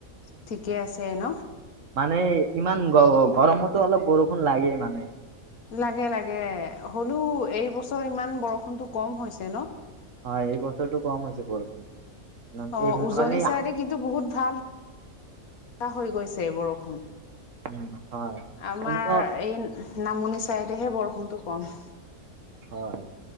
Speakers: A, on the left (about 80°); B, on the right (about 60°).
A: ঠিকে আছে ন?
B: এই ইমান গৰ-গৰমতো অলপ বৰষুণ লাগে মানে।
A: লাগে লাগে। হ'লেও এইবছৰ ইমান বৰষুণটো কম হৈছে ন?
B: হয়। এই বছৰটো কম হৈছে বৰষুণ দি।
A: অ উজনি
B: <unintelligible>
A: ভাল অ, হৈ গৈছে বৰষুণ।
B: উম, হয়
A: আমাৰ
B: কিন্তু
A: এই নামনি চাইডেহে বৰষু কোনটো ক'ম?
B: হয়,